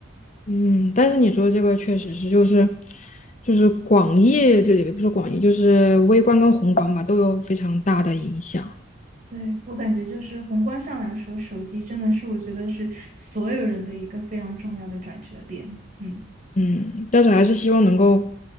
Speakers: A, on the left; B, on the right.
A: 嗯，但是你说这个确实是，就是就是广义，就也不是广义，就是微观跟宏观吧，都有非常大的影响。
B: 对，我感觉就是宏观上来说，手机真的是我觉得是所有人的一个非常重要的转折点。嗯
A: 嗯，但是还是希望能够